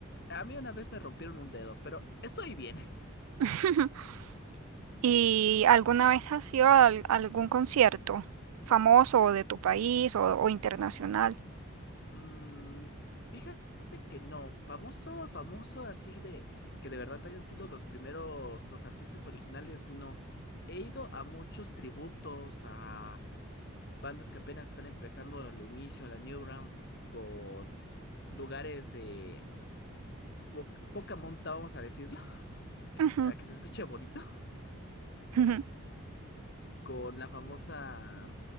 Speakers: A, on the left; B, on the right.
A: a mí una vez me rompieron un dedo, pero estoy bien. <laughs>
B: <laughs> ¿Y alguna vez has ido a al- algún concierto famoso o de tu país o, o internacional?
A: Mm, fíjate que no, famoso, famoso así de que de verdad hayan sido los primeros, los artistas originales, no. He ido a muchos tributos, a bandas que apenas están empezando al inicio, a la Newground, con lugares de po- poca monta, vamos a decirlo, <laughs>
B: Ujú,
A: para que se escuche bonito.
B: ujú,
A: con la famosa,